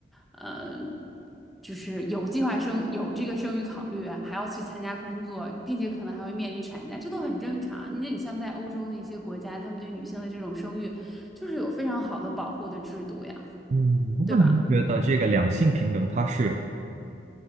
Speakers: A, in the centre; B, on the right.
A: 呃，就是有计划生有这个生育考虑，还要去参加工作，并且可能还会面临产假，这都很正常。那你像在欧洲的一些国家，他们对女性的这种生育，就是有非常好的保护的制度呀，
B: 嗯，
A: 对吧？
B: 那您觉得这个两性平等，它是